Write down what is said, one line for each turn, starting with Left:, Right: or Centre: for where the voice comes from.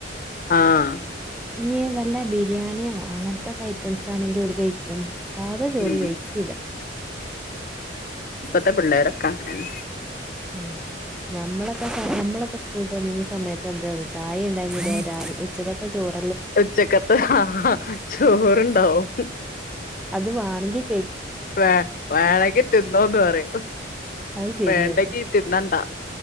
Left: ആഹഹ്
Centre: ഇഞ്ഞി വല്ല ബിരിയാണിയോ അങ്ങനത്തോക്കെ കയി എന്താണെങ്കിലും ഓല് കഴിക്കും സാധാ ചോറ്
Left: ഉം
Centre: കഴിക്കില്ല
Left: പ്പ്ം പിള്ളേരൊക്കെ അങ്ങനെന്നെ
Centre: മ് നമ്മളൊക്കെ നമ്മളൊക്കെ സ്കൂളിട്ട് വന്നിരുന്ന സമയത്ത് എന്തായാലും കഴിച്ചും ചായിണ്ടായിനിലെ രാ ഉച്ചകത്തെ ചോറ്
Left: ഉച്ചക്കത്തെ ആഹാ ചോറുണ്ടാവും
Centre: അത് വേണെങ്കി കഴിക്കും
Left: വേ വേണങ്കി തിന്നോന്ന് പറയും
Centre: അത് ശരിയാണ്
Left: വേണ്ടെങ്കി തിന്നണ്ടാ